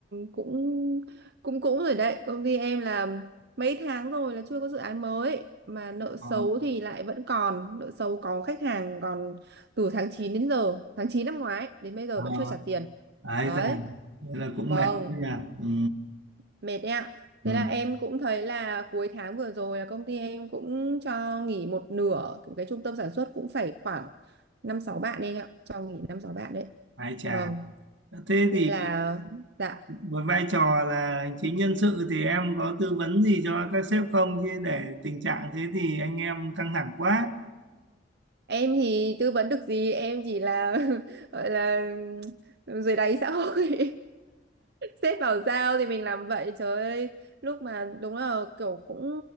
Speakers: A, on the right; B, on the right.
A: cũng cũng cũng rồi đấy công ty em là mấy tháng rồi là chưa có dự án mới mà nợ
B: Ờ,
A: xấu thì lại vẫn còn nợ xấu có khách hàng còn từ tháng 9 đến giờ tháng 9 năm ngoái đến bây giờ
B: ờ,
A: vẫn chưa trả tiền
B: ái
A: đấy
B: già nên là cũng
A: vâng
B: mệt chứ nhỉ ừ.
A: mệt đấy ạ
B: Ừ.
A: thế là em cũng thấy là cuối tháng vừa rồi là công ty em cũng cho nghỉ một nửa cái trung tâm sản xuất cũng phải khoảng năm sáu bạn đấy anh ạ cho nghỉ năm sáu bạn đấy
B: ái chà
A: vâng
B: thế
A: nên
B: thì
A: là dạ
B: với vai trò là hành chính nhân sự thì em có tư vấn gì cho các sếp không chứ để tình trạng thế thì anh em căng thẳng quá
A: em thì tư vấn được gì em chỉ là <laughs> gọi là dưới đáy xã hội sếp bảo giao thì mình làm vậy trời ơi lúc mà đúng là kiểu cũng